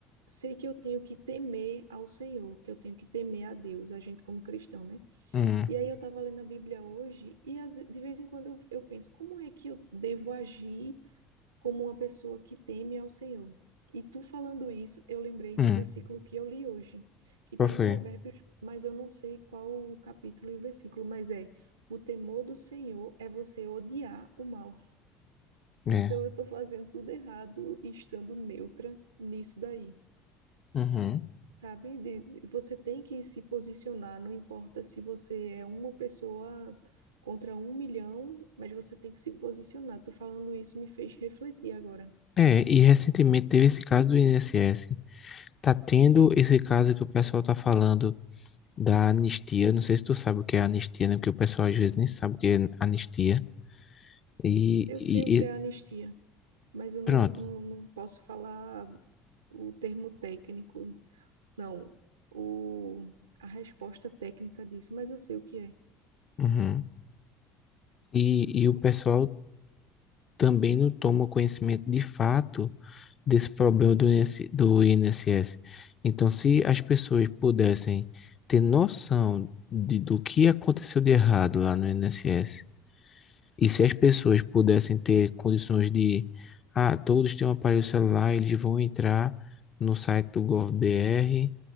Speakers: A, on the right (about 85°); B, on the left (about 40°).
A: sei que eu tenho que temer ao Senhor, que eu tenho que temer a Deus, a gente como cristão, né?
B: Hum,
A: E aí eu estava lendo a Bíblia hoje e às ve- de vez em quando eu, eu penso, como é que eu devo agir? como uma pessoa que teme ao Senhor. E tu falando isso, eu lembrei
B: hum,
A: do versículo que eu li hoje, que está
B: qual foi?
A: em Provérbios, mas eu não sei qual o capítulo e o versículo, mas é: o temor do Senhor é você odiar o mal.
B: É.
A: Então eu estou fazendo tudo errado estando neutra nisso daí
B: Uhum.
A: sabe? De, você tem que se posicionar, não importa se você é uma pessoa contra um milhão, mas você tem que se posicionar. Tô falando isso me fez refletir agora.
B: É, e recentemente teve esse caso do INSS. Tá tendo esse caso que o pessoal tá falando da anistia. Não sei se tu sabe o que é anistia, né? Porque o pessoal às vezes nem sabe o que é anistia. E,
A: Eu
B: e,
A: sei o que
B: e
A: é anistia, mas eu não,
B: pronto.
A: não, não posso falar o termo técnico. Não, o, a resposta técnica disso, mas eu sei o que é.
B: Uhum. E, e o pessoal também não toma conhecimento de fato desse problema do INSS, do INSS. Então, se as pessoas pudessem ter noção de, do que aconteceu de errado lá no INSS, e se as pessoas pudessem ter condições de, ah, todos têm um aparelho celular, eles vão entrar no site do gov.br